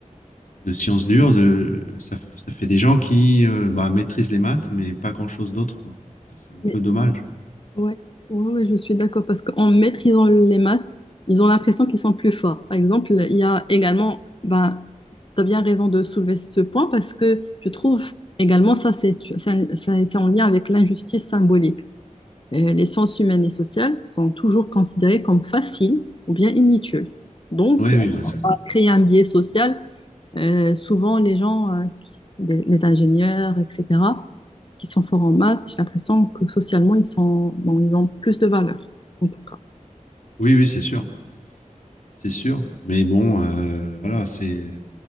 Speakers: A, on the left (about 70°); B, on the left (about 40°).
A: de sciences dures, de, ça, f- ça fait des gens qui euh, bah, maîtrisent les maths, mais pas grand-chose d'autre, quoi. Et C'est un peu
B: Mais,
A: dommage.
B: ouais, ouais, ouais, je suis d'accord parce qu'en maîtrisant les maths, ils ont l'impression qu'ils sont plus forts. Par exemple, il y a également, bah, tu as bien raison de soulever ce point parce que je trouve également ça, c'est c'est un- c'est- c'est en lien avec l'injustice symbolique. Euh, les sciences humaines et sociales sont toujours considérées comme faciles ou bien inutiles. Donc,
A: Oui, oui, bah, ça-
B: créer un biais social Euh, souvent, les gens, euh, qui- des- les ingénieurs, etc., qui sont forts en maths, j'ai l'impression que socialement, ils sont, bon, ils ont plus de valeur, en tout cas.
A: oui, oui, c'est sûr. c'est sûr. Mais bon, euh, voilà, c'est.